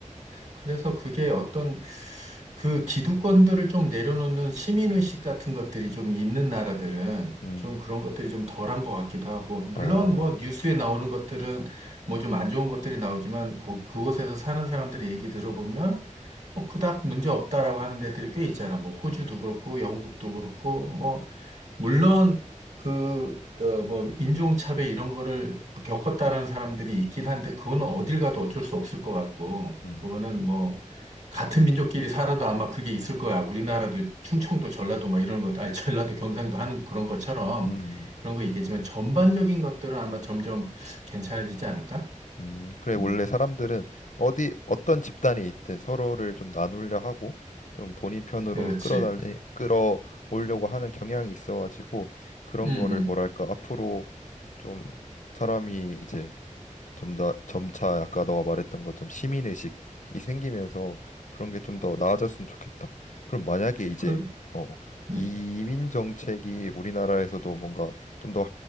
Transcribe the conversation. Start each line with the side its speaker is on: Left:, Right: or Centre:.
Right: 그래서 그게 어떤 그 기득권들을 좀 내려놓는 시민의식 같은 것들이 좀 있는 나라들은
Left: 음,
Right: 좀 그런 것들이 좀 덜한 것 같기도 하고, 물론
Left: 아,
Right: 뭐 뉴스에 나오는 것들은 뭐 좀 안 좋은 것들이 나오지만 그, 그곳에서 사는 사람들의 얘기 들어보면 뭐 그닥 문제 없다라고 하는 데들이 꽤 있잖아. 뭐 호주도 그렇고 영국도 그렇고 뭐 물론 그, 어, 뭐, 인종차별 이런 거를 겪었다는 사람들이 있긴 한데, 그거는 어딜 가도 어쩔 수 없을 것 같고,
Left: 음,
Right: 그거는 뭐, 같은 민족끼리 살아도 아마 그게 있을 거야. 우리나라도 충청도, 전라도 뭐 이런 것, 아니, 전라도, 경상도 하는 그런 것처럼
Left: 음, 음.
Right: 그런 거 있겠지만, 전반적인 것들은 아마 점점 괜찮아지지 않을까?
Left: 음, 그래,
Right: 음,
Left: 원래 사람들은 어디, 어떤 집단이 있든 서로를 좀 나누려 하고, 좀 본인 편으로
Right: 그렇지.
Left: 끌어달리, 끌어오려고 하는 경향이 있어가지고, 그런
Right: 음, 음.
Left: 거를 뭐랄까, 앞으로 좀 사람이 이제 좀 더 점차 아까 너가 말했던 것좀 시민 의식이 생기면서 그런 게 좀 더 나아졌으면 좋겠다. 그럼 만약에 이제
Right: 그,
Left: 어
Right: 음,
Left: 이민 정책이 우리나라에서도 뭔가 좀 더